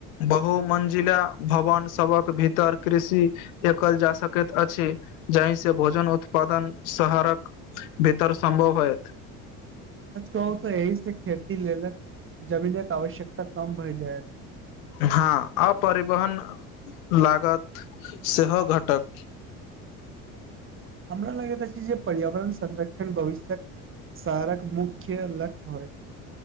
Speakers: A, on the left (about 80°); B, on the right (about 30°).
A: बहुमंजिला भवन सभक भीतर कृषि एकल जा सकैत अछि। जाहिसँ भोजन उत्पादन शहरक भीतर सम्भव होयत।
B: सच कहू तऽ यही से खेती लेलक जमीन के आवश्यकता कम। भय जायत
A: हँ आ परिवहन लागत सेहो घटत।
B: हमरा लागैत अछि जे पर्यावरण संरक्षण भविष्यक शहरक मुख्य लक्ष्य होय।